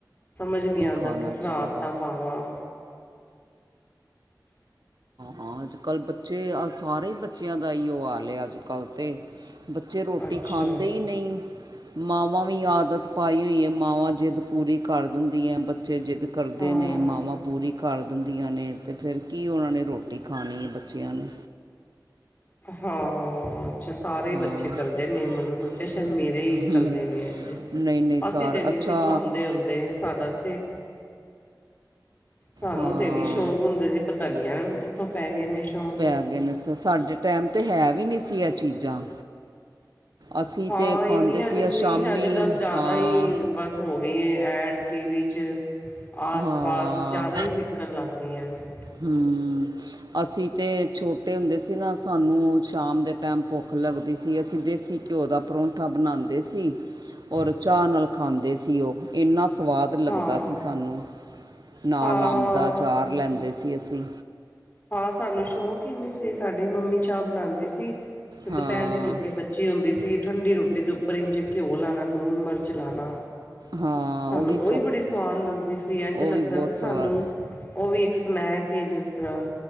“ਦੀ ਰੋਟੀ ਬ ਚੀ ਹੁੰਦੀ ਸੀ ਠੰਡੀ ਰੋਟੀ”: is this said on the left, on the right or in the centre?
Left